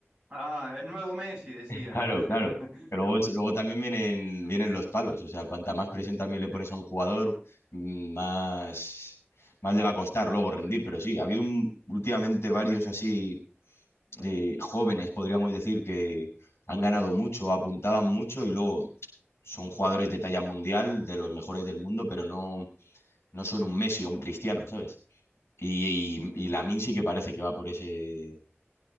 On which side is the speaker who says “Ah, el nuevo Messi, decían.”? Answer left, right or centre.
Right